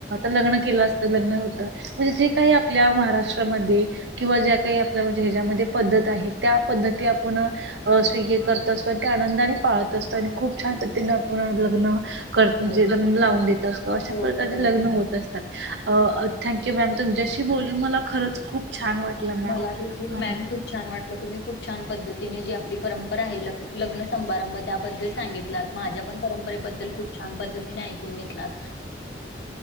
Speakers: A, on the right (about 75°); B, on the left (about 80°).
A: लग्न केलं असत, लग्न होत, म्हणजे जे काही आपल्या महाराष्ट्र किंवा ज्या काही आपल्या ह्याच्यामध्ये पद्धत आहे, त्या पद्धती आपुण स्वीगे करत असतो, ते आनंदाने पाळत असतो, आणि खूप छान पध्दतीने आपुण लग्न म्हणे
B: हो
A: लग्न लावून देत असतो अशा
B: हो
A: प्रकारे
B: बरोबर
A: लग्न
B: मॅम
A: होत असतात थँक यू मॅम तुमच्याशी बोलून मला खरंच खूप छान वाटलं मॅम
B: मला देखील
A: अ,
B: मॅम खूप छान वाटल तुम्ही खूप छान पद्धतीने जी आपली परंपरा आहे ल लग्न सभारंभ त्याबद्दल सांगित माझ्या पण परंपरेबद्दल खूप छान पद्धतीने ऐकून घेतला